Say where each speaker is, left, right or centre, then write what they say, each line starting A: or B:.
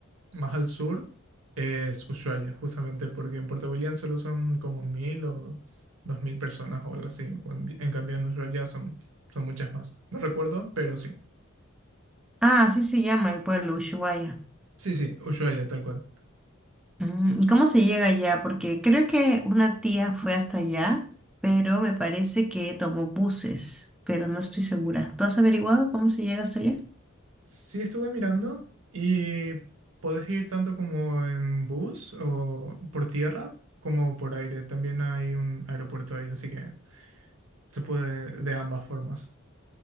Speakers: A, on the right; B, in the centre.
A: más al sur es Ushuaia, justamente porque en Puerto William solo son como mil o dos mil personas o algo así. En, cuan- en cambio en Ushuaia son, son muchas más. No recuerdo, pero sí.
B: Ah, así se llama el pueblo, Ushuaia.
A: Sí, sí, Ushuaia, tal cual.
B: Mm, ¿Y cómo se llega allá? Porque creo que una tía fue hasta allá, pero me parece que tomó buses, pero no estoy segura. ¿Tú has averiguado cómo se llega hasta allá?
A: Sí estuve mirando y puedes ir tanto como en bus o por tierra como por aire. También hay un aeropuerto ahí, así que se puede de ambas formas.